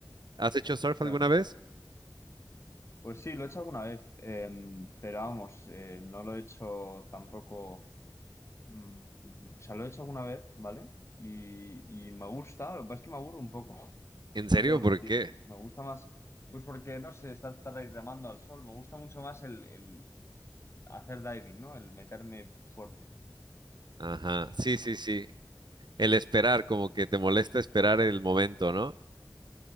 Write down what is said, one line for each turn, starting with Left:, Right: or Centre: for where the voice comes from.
Right: ¿Has hecho surf
Left: Claro.
Right: alguna vez?
Left: Pues sí, lo he hecho alguna vez, eh, pero vamos, eh, no lo he hecho tampoco, mm, o sea, lo he hecho alguna vez, ¿vale? Y, y me gusta, lo que pasa es que me aburro un poco, <laughs>
Right: ¿En serio?
Left: no te voy a
Right: ¿Por
Left: mentir,
Right: qué?
Left: me gusta más, pues porque, no sé, estás estar ahí remando al sol, me gusta mucho más el, el hacer diving, ¿no? El meterme fuerte.
Right: Ajá, sí, sí, sí. El esperar, como que te molesta esperar el momento, ¿no?